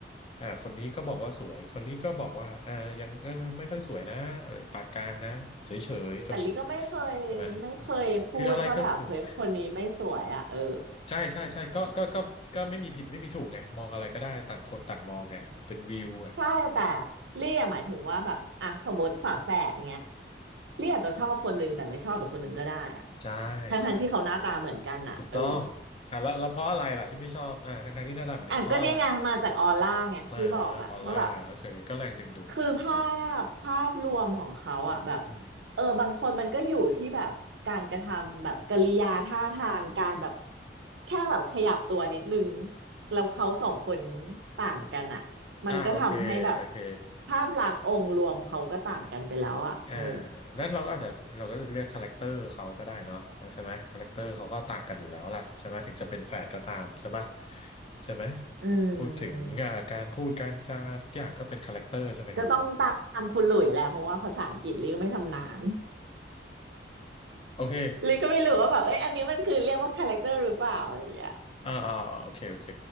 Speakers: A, on the left; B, on the right.
A: อ่าคนนี้ก็บอกว่าสวยคนนี้ก็บอกว่าเออยังเออไม่ค่อยสวยนะอะไรปานกลางนะเฉยๆก็มี
B: แต่ลิก็ไม่เคยไม่เคยพูดว่าแบบเฮ้ยคนนี้ไม่สวยอ่ะเออ
A: ใช่ไหมคืออะไรก็ถูก ใช่ใช่ใช่ก็ก็ก็ก็ไม่มีผิดไม่มีถูกไงมองอะไรก็ได้ต่างคนต่างมองไงมันเป็นวิวอ่ะ
B: ใช่แต่ลี่อะหมายถึงว่าแบบอ่ะสมมติฝาแฝดเงี้ยลี่อาจจะชอบคนนึงแต่ไม่ชอบอีกคนนึงก็ได้อ่ะ
A: ใช่
B: ทั้งทั้งที่เขาหน้าตาเหมือนกันอ่ะเออ
A: ใช่ถูกต้องอ่ะแล้วแล้วเพราะอะไรล่ะที่ไม่ชอบอ่าทั้งทั้งที่หน้าตาเหมือนกันเพราะอะไร
B: อ่ะก็เนี่ยไงมาจากออร่าไงที่บอกอ่ะว่าแบบ
A: อ่าออร่าโอเคก็แรงดึงดูดโอเค
B: คือภาพภาพรวมของเขาอะแบบ
A: อืมอืมอืม
B: เออบางคนมันก็อยู่ที่แบบการกระทำแบบกริยาท่าทางการแบบแค่แบบขยับตัวนิดนึงแล้วเขาสองคนต่างกันอะมันก็ทำให้แบบ
A: อ่าโอเคโอเค
B: ภาพลักษณ์องค์รวมเขาก็ต่างกันไปแล้วอะเออ
A: อ่านั่นเราก็อาจจะเราก็จะเรียกคาแรคเตอร์เขาก็ได้เนาะอ่าใช่ไหมคาแรคเตอร์เขาก็ต่างกันอยู่แล้วแหละใช่ไหมถึงจะเป็นแฝดก็ตามใช่ปะใช่ไหม
B: อืม
A: พูดถึงอ่าการพูดการจาทุกอย่างก็เป็นคาแรคเตอร์ใช่ไหมครับ
B: ก็ต้องตามคุณหลุยแหละเพราะว่าภาษาอังกฤษลี่ก็ไม่ชำนาญ
A: โอเค
B: ลี่ก็ไม่รู้ว่าแบบเอ้ยอันนี้มันคือเรียกว่าคาแรคเตอร์หรือเปล่าอะไรอย่างเงี้ย
A: อ่าอ่าโอเค โอเค